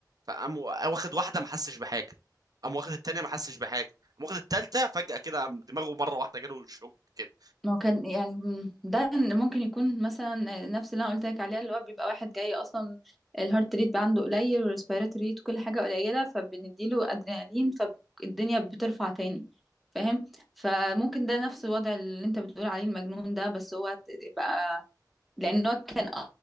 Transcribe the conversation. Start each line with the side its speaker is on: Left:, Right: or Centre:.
Right: فقام وا- واخد واحده ما حسش بحاجه قام واخد التانيه ما حسش بحاجه قام واخد التالته فجاه كده قام دماغه مره واحده جاله شوك كده
Centre: ما هو كان يعني م- ده ممكن يكون مثلا نفس اللي انا قلت لك عليها اللي هو بيبقى واحد جاي اصلا الهارت ريت بقى عنده قليل والريسبيرات ريت وكل حاجه قليله فبنديله ادرينالين فالدنيا بترفع تاني فاهم فممكن ده نفس الوضع اللي انت بتقول عليه المجنون ده بس هو ت- بقى لان هو كان